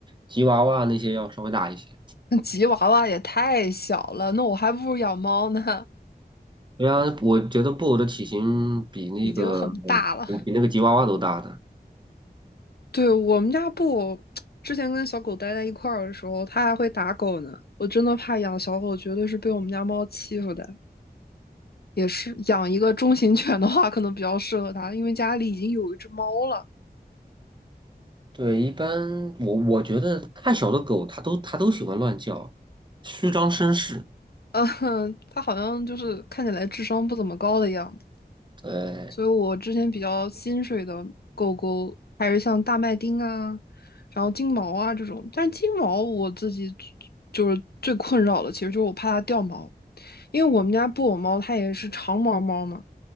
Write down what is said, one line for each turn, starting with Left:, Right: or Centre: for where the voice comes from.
Right: 吉娃娃那些要稍微大一些。
Left: 那吉娃娃也太小了，那我还不如养猫呢，
Right: 对啊，我觉得布偶的体型比那个
Left: <laughs> 已经很大了。
Right: 比比那个吉娃娃都大的。
Left: 对，我们家布，之前跟小狗待在一块儿的时候，它还会打狗呢。我真的怕养小狗，绝对是被我们家猫欺负的。也是养一个中型犬的话，可能比较适合它，因为家里已经有一只猫了。
Right: 对，一般我我觉得太小的狗，它都它都喜欢乱叫，虚张声势。
Left: 嗯，它好像就是看起来智商不怎么高的样子，
Right: 对，
Left: 所以我之前比较心水的狗狗还是像大麦町啊，然后金毛啊这种。但是金毛我自己就是最困扰的，其实就是我怕它掉毛，因为我们家布偶猫它也是长毛猫嘛，